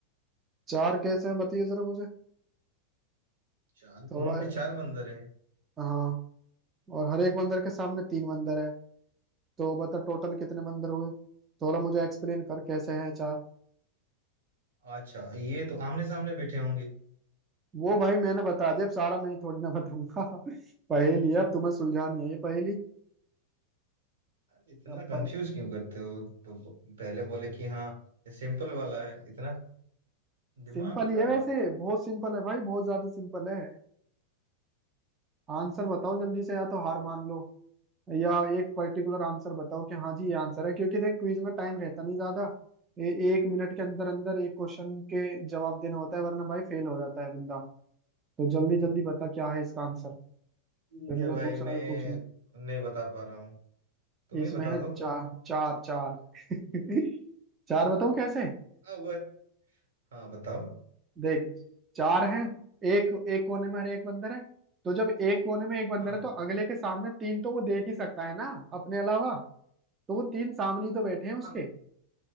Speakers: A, on the right; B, on the right.
A: चार कैसे हैं बताइए जरा मुझे
B: चार
A: थोड़ा
B: कोनों पे चार बंदर है
A: हाँ और हर एक बंदर के सामने तीन बंदर है तो बता टोटल कितने बंदर हुए थोड़ा मुझे एक्सप्लेन कर कैसे हैं चार
B: अच्छा ये तो आमने सामने बैठे होंगे
A: वो भाई मैंने बता दिया अब सारा मैं ही थोड़ी ना बताऊंगा <laughs> पहेली है अब तुम्हें सुलझानी है ये पहेली
B: अरे इतना
A: अब
B: कंफ्यूज क्यों करते हो प- प- पहले बोले कि हाँ ये सिंपल वाला है इतना दिमाग
A: सिंपल ही
B: का
A: है वैसे बहुत सिंपल है भाई बहुत ज्यादा सिंपल है आंसर बताओ जल्दी से या तो हार मान लो या एक पर्टिकुलर आंसर बताओ कि हाँ जी ये आंसर है क्योंकि देख क्विज में टाइम रहता नहीं ज्यादा ए, एक मिनट के अंदर अंदर एक क्वेश्चन के जवाब देना होता है वरना भाई फेल हो जाता है बंदा तो जल्दी जल्दी बता क्या है इसका आंसर फिर
B: ठीक
A: मुझे
B: है भाई
A: दूसरा
B: मैं
A: भी पूछना
B: नहीं बता पा रहा हूँ तुम
A: इसमें
B: ही बता
A: है
B: दो
A: चार चार चार <laughs> चार बताऊं कैसे
B: हाँ वो हाँ बताओ
A: देख चार है एक एक कोने में हर एक बंदर है तो जब एक कोने में एक बंदर
B: हाँ
A: है तो अगले के सामने तीन तो वो देख ही सकता है ना अपने अलावा तो वो तीन सामने ही तो बैठे हैं उसके
B: हाँ